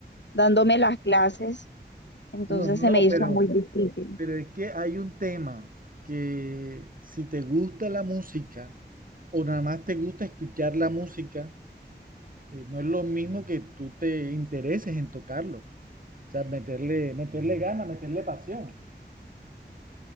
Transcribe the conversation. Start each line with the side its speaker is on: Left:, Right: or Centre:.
Left: dándome las clases, entonces
Right: no, no,
Left: se
Right: no,
Left: me hizo
Right: pero,
Left: muy difícil.
Right: pero es que hay un tema que si te gusta la música o nada más te gusta escuchar la música, eh, no es lo mismo que tú te intereses en tocarlo. O sea, meterle, meterle ganas, meterle pasión.